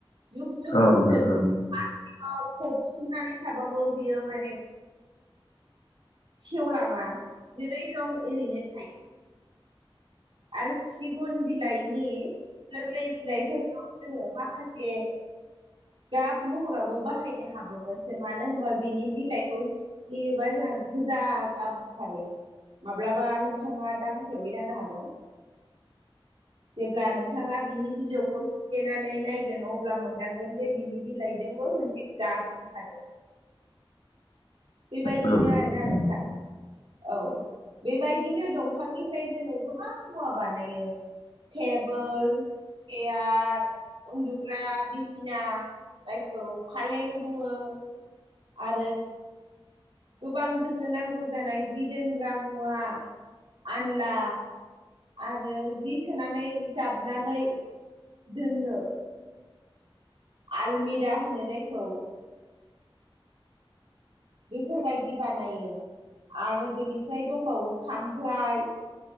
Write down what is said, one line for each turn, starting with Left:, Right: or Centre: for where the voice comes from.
Right: जुग जुग
Left: औ
Right: बोसोर
Left: नंगौ
Right: हा सिङाव फबसिबनानै थाबाबो बियो माने सेवलाङा जेरै दं ओरैनो थायो। आरो सिगुन बिलाइनि गोरलै बिलाइफोरखौ जोङो माखासे गाब महरावबो बाहायनो हाबावगोनसो मानो होनबा बिनि बिलाइ खौ फिस्लियोबा जोंहा गोजा गाब ओंखारो माब्लाबा नोंथाङा दां फेरबाय जानो हागौ। जेब्ला नोंथाङा बिनि बिजौखौ सि फ्लेनानै नायगोन अब्ला मोनदांगोन जे बिनि बिलाइजोंबो मोनसे गाब ओंखारो। बेबायदिनो
Left: औ
Right: आरोना नोंथां औ। बेबायदिनो दंफांनिफ्राय जोङो गोबां मुवा बानायो टेबोलस सेयार उन्दुग्रा बिसिना जायखौ फालें बुङो। आरो गोबां जोंनो नांगौ जानाय जि दोनग्रा मुवा आनला। आरो जि सोनानै जाबनानै दोननो आलमिरा होनो जायखौ बेफोरबायदि बानायो आरो बेनिफ्राय दंबावो खामफ्लाय।